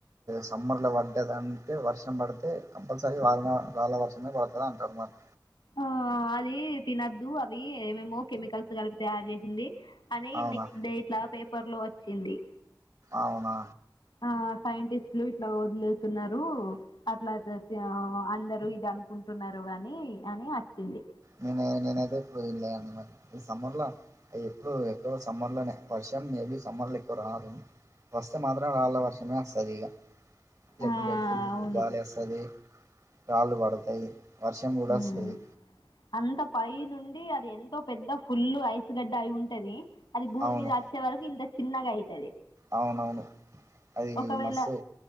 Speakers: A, on the right; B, on the left.
A: సమ్మర్లో పడ్డదంటే వర్షం పడితే కంపల్సరీ రాళ రాళ్ళ వర్షమే పడుతుంది అంటారు మరి
B: ఆ అది తినద్దు అవి ఏమేమో కెమికల్స్ కలిపి తయారు చేసింది అని
A: అవునా
B: నెక్స్ట్ డే ఇట్లా పేపర్ లో వచ్చింది
A: అవునా
B: ఆ సైంటిస్ట్లు ఇట్లా వదులుతున్నారు అట్లా అద్ ఆ అందరు ఇద కుంటున్నారు గాని అని అచ్చింది
A: నేను నేనైతే ఎప్పుడు తిడ్లే అనమాట ఈ సమ్మర్ల ఎప్పుడు ఎక్కువ సమ్మర్ లేనే వర్షం మేబి సమ్మర్ల ఎక్కువ రాదు వస్తే మాత్రం రాళ్ళ వర్షమే వస్తదిగా లేకుంటె
B: ఆ
A: ఫుల్
B: అవును
A: గాలి అస్త ది రాళ్ళు పడతయి వర్షం కూడా
B: ఉమ్.
A: అస్తది
B: అంత పై నుండి అది ఎంతో పెద్ద ఫుల్ ఐస్ గడ్డ అయి ఉంటది అది భూమి
A: అవును
B: మీద అ చ్చ వరకు ఇంత చిన్నగా అయితది
A: అవునవును అదీ
B: ఒకవేళ
A: మస్తు